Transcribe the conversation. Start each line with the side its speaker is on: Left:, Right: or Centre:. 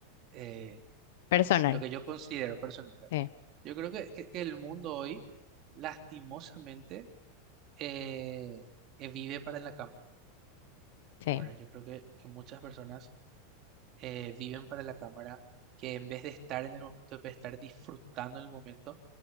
Right: eh,
Left: Personal.
Right: lo que yo considero personal, claro.
Left: Sí,
Right: Yo creo que, que- que el mundo hoy, lastimosamente, eh, eh, vive para la cámara.
Left: sí,
Right: Bueno, yo creo que, que muchas personas eh, viven para la cámara, que en vez de estar en el momento, en vez de estar disfrutando el momento,